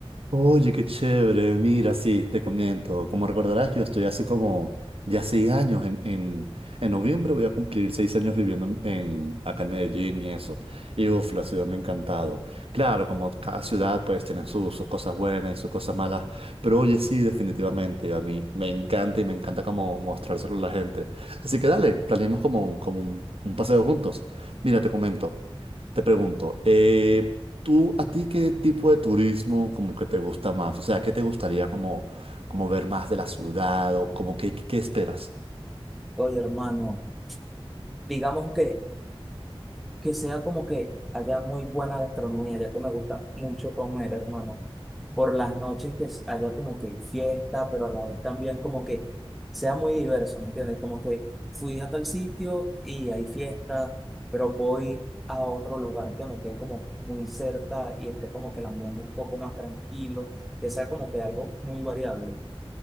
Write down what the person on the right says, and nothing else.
Oye, qué chévere. Mira, sí, te comento. Como recordarás, yo estoy hace como ya seis años. En, en, en noviembre voy a cumplir seis años viviendo en, en- acá en Medellín y eso. Y uff, la ciudad me ha encantado. Claro, como cada ciudad pues tiene sus sus cosas buenas y sus cosas malas. Pero oye, sí, definitivamente. A mí me encanta y me encanta como mostrárselo a la gente. Así que dale, planeemos como un, como un un paseo juntos. Mira, te comento. Te pregunto, eh, ¿tú a ti qué tipo de turismo como que te gusta más? O sea, ¿qué te gustaría como, como ver más de la ciudad o como que qué qué esperas?